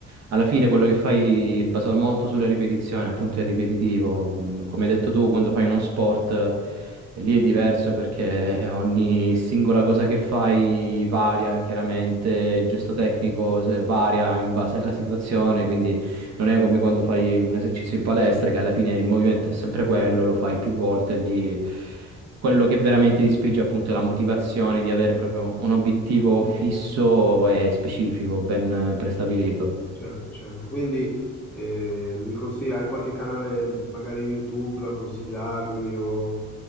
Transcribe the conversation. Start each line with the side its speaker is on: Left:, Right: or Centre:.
Right: alla fine quello che fai è basato molto sulle ripetizioni, appunto è ripetitivo. Mm, Come hai detto tu, quando fai uno sport eh, lì è diverso perché ogni singola cosa che fai varia chiaramente, il gesto tecnico se- varia in base alla situazione, quindi non è come quando fai un esercizio in palestra, che alla fine il movimento è sempre quello, lo fai più volte, lì quello che veramente ti spinge appunto è la motivazione di avere proprio un obiettivo fisso e specifico, ben eh, prestabilito.
Centre: Certo, certo. Quindi eh, mi consigli, hai qualche canale, magari YouTube, da consigliarmi o